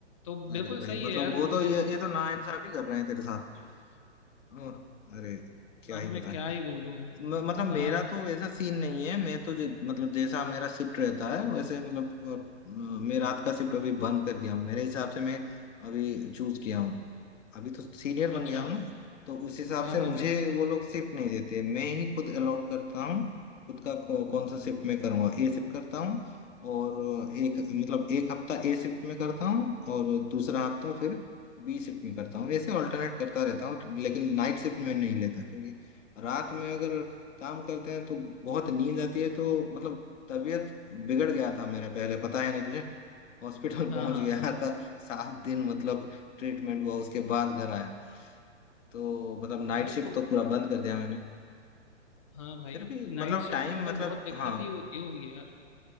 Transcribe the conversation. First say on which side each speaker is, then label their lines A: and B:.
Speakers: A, on the left; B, on the left.
A: तो बिल्कुल
B: अरे भाई
A: सही
B: मतलब
A: है यार
B: वो
A: लेकिन
B: तो ये ये तो नाइंसाफी कर रहे हैं तेरे साथ ओह, अरे क्या
A: अब
B: ही बताएं
A: मैं क्या ही बोलूँ
B: म- मतलब मेरा
A: हाँ
B: तो ऐसा सीन नहीं है मैं तो जे- मतलब जैसा मेरा शिफ्ट रहता है वैसे मतलब अ, अ, मैं रात का शिफ्ट अभी बंद कर दिया हूँ मेरे हिसाब से मैं अभी चूज किया हूँ अभी तो सीनियर बन
A: अच्छा
B: गया हूँ ना तो उस हिसाब
A: हाँ
B: से
A: हाँ
B: मुझे
A: भाई
B: वो लोग शिफ्ट नहीं देते मैं ही खुद अलॉट करता हूँ खुद का कौ, कौन सा शिफ्ट मैं करूँगा ए शिफ्ट करता हूँ और एक मतलब एक हफ्ता ए शिफ्ट में करता हूँ और दूसरा हफ्ता फिर बी शिफ्ट में करता हूँ ऐसे ऑल्टरनेट करता रहता हूँ लेकिन नाइट शिफ्ट में नहीं लेता क्योंकि रात में अगर काम करते हैं तो बहुत नींद आती है तो मतलब तबीयत बिगड़ गया था मेरा पहले पता है ना तुझे हॉस्पिटल
A: हाँ
B: <laughs> पहुंच
A: हाँ
B: गया
A: हाँ
B: था सात दिन मतलब ट्रीटमेंट हुआ उसके बाद घर आया तो मतलब नाइट
A: अरे
B: शिफ्ट
A: तो
B: तो पूरा बंद कर दिया मैंने
A: हाँ भाई
B: फिर भी
A: नाइट
B: मतलब
A: शिफ्ट
B: टाइम
A: में तो
B: मतलब
A: बहुत दिक्कत
B: हाँ
A: ही होती होगी यार